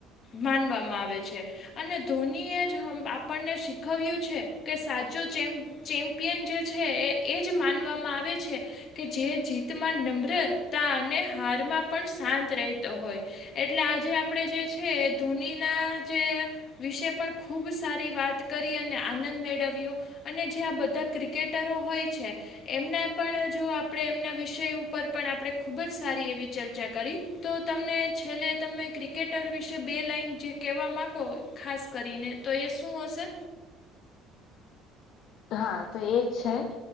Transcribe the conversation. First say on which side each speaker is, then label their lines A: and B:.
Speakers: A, on the left; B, on the left.
A: માનવામાં આવે છે અને ધોનીએ જ આપણને શીખવ્યું છે કે સાચો ચેમ ચેમ્પિયન જે છે એ એ જ માનવામાં આવે છે કે જે જીતમાં નમ્રતા અને હારમાં પણ શાંત રહેતો હોય એટલે આજે આપણે જે છે ધોનીના જે વિશે પણ ખૂબ સારી વાત કરી અને આનંદ મેળવ્યો. અને જે આ બધા ક્રિકેટરો હોય છે. એમના પણ જો આપણે એમના વિષય ઉપર પણ આપણે ખૂબ જ સારી એવી ચર્ચા કરી તો તમને છેલ્લે તમે ક્રિકેટર વિશે બે લાઇન જે કહેવા માગો ખાસ કરીને તો એ શું હશે?
B: હા તો એજ છે